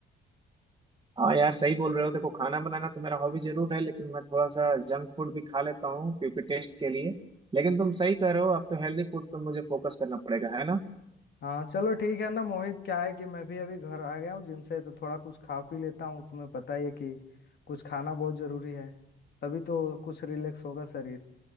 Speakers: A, on the right; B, on the left.
A: हाँ यार सही बोल रहे हो देखो खाना बनाना तो मेरा हॉबी जरूर है लेकिन मैं थोड़ा सा जंक फूड भी खा लेता हूँ क्योंकि टेस्ट के लिए लेकिन तुम सही कह रहे हो अब तो हेल्दी फूड पर मुझे फोकस करना पड़ेगा है ना
B: हाँ चलो ठीक है ना मोहित क्या है कि मैं भी अभी घर आ गया हूँ जिम से तो थोड़ा कुछ खा पी लेता हूँ तुम्हें पता ही है कि कुछ खाना बहुत जरूरी है तभी तो कुछ रिलैक्स होगा शरीर